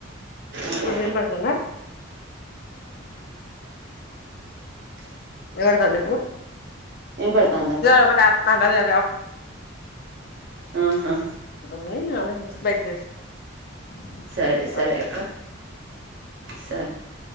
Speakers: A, on the right; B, on the left.
A: అదే
B: ఇప్పుడు వినపడుతుందా
A: అ
B: వినపడ్తుందా
A: వినపడుతుంది అక్క
B: ఇప్పుడు <unintelligible> రాక్ తారా
A: ఊహూ
B: <unintelligible>
A: సరే సరే
B: మళ్ళ
A: అక్క సరే